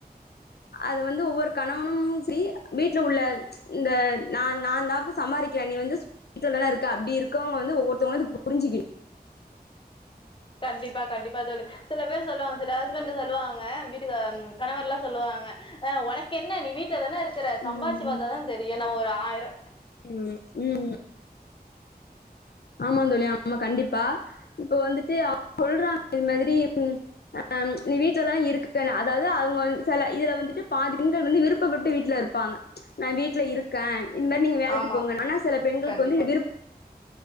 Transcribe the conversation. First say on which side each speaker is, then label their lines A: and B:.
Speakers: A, on the left; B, on the left.
A: அது வந்து ஒவ்வொரு கணவனும் திரி வீட்ல உள்ள இந்த நான் நான் தாப்ப சம்பாரிக்கிறேன் நீ வந்து வீட்டுலதா இருக்க அப்டி இருக்கங்க வந்து ஒவ்வோருத்தவங்களு இத புரிஞ்சிகின்
B: கண்டிப்பா கண்டிப்பா தோழி சில பேர் சொல்லுவாங் சில ஹஸ்பண்ட் சொல்லுவாங்க வீட்டுக்கு கணவர்லா சொல்லுவாங்க ஆ உனக் என்ன நீ வீட்ல தானே இருக்கற
A: ம்,
B: சம்பார்ச்சு பாத்தாதா தெரியு நம்ம ஒரு ஆயிர
A: ம் ம் ஆமா தோழி ஆமா கண்டிப்பா இப்ப வந்துட்டு <inaudible> சொல்றாங்க இது மாதிரி ம் அ அம் நீ வீட்லதானே இருக்கன்னு அதாவது அவங்க வந் செல இதுல வந்துட்டு பாதி பெண்கள் வந்து விருப்பப்பட்டு வீட்டுல இருப்பாங்க நா வீட்டுல இருக்கே இன் மாரி நீங்க வேலைக்கு
B: ஆமா
A: போங்கன்னு ஆனா சில பெண்களுக்கு
B: கண்டிப்பா
A: வந்து விருப்